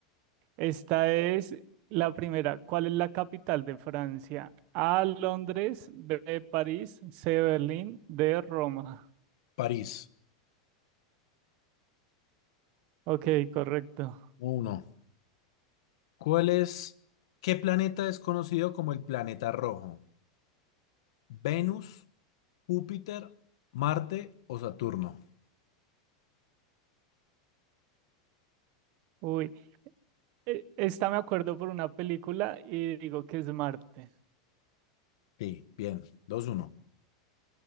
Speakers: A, on the right (about 40°); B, on the left (about 70°).
A: Esta es la primera. ¿Cuál es la capital de Francia? A, Londres, B, París, C, Berlín, D, Roma.
B: París,
A: Ok, correcto.
B: uno. ¿Cuál es, qué planeta es conocido como el planeta rojo? Venus. Júpiter, Marte o Saturno.
A: Uy, e- esta me acuerdo por una película y digo que es Marte.
B: Sí, bien, Dos uno.